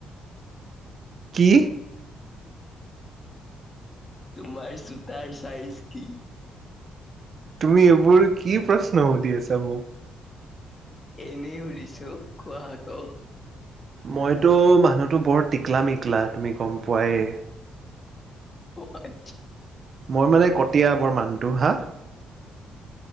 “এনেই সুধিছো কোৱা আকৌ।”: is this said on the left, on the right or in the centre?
Left